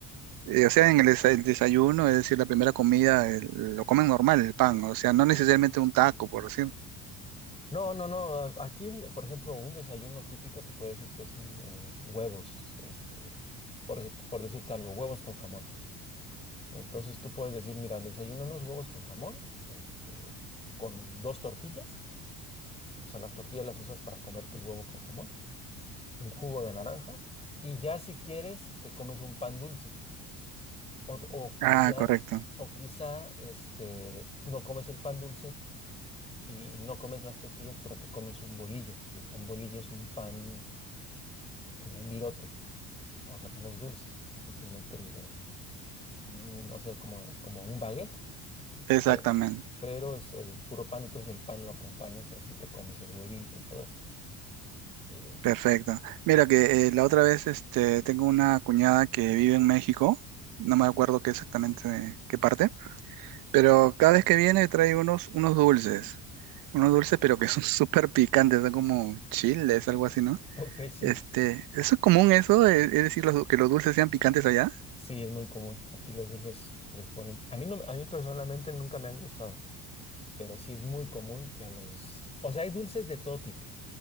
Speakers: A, on the right (about 75°); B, on the left (about 15°).
A: eh, o sea, en el, desa- el desayuno, es decir, la primera comida, el- lo comen normal el pan. O sea, no necesariamente un taco, por decir.
B: No, no, no. a- Aquí, por ejemplo, un desayuno típico te puede decir que es un, eh, huevos, este, por, por decirte algo, huevos con jamón. Entonces tú puedes decir, mira, me desayuno unos huevos con jamón, este, con dos tortillas, o sea, las tortillas las usas para comerte el huevo con jamón, un jugo de naranja, y ya si quieres te comes un pan dulce, o, o quizá,
A: Ah, correcto.
B: o quizá, este, no comes el pan dulce y, y no comes las tortillas, pero te comes un bolillo, que un bolillo es un pan como un virote, o sea, que no es dulce, es simplemente, el- el, mm, no sé, como, como un baguette
A: Exactamente.
B: Pe- pero es el puro pan, entonces el pan lo acompañas y ahí sí te comes el huevito y todo eso. Eh,
A: Perfecto. Mira que eh, la otra vez este, tengo una cuñada que vive en México. No me acuerdo qué exactamente qué parte. Pero cada vez que viene trae unos, unos dulces. Unos dulces, pero que son <laughs> súper picantes, son como chiles, algo así, ¿no?
B: ok, sí,
A: Este, ¿eso es común eso? ¿Es, es decir, los- que los dulces sean picantes allá?
B: sí, es muy común. Aquí los dulces les ponen... A mí, no, me- a mí personalmente nunca me han gustado, pero sí es muy común que a los... O sea, hay dulces de todo tipo.